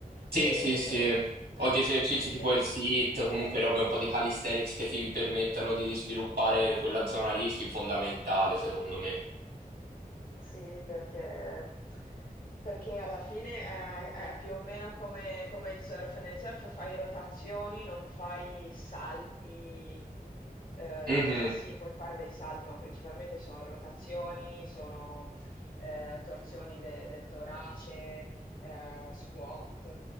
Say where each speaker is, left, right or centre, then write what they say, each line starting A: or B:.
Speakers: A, on the right; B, on the left.
A: Sì,
B: E
A: sì, sì. O di esercizi
B: le...
A: tipo il sit, comunque robe un po' di calisthenics che ti permettano di sviluppare quella zona lì, sì, fondamentale, secondo me.
B: Sì, perché perché alla fine è è più o meno come come il surf. Nel surf fai rotazioni, non fai salti, ehm,
A: Mhm,
B: cioè sì, puoi fare dei salti, ma principalmente sono rotazioni, sono, ehm, torsioni de del torace, ehm, squat,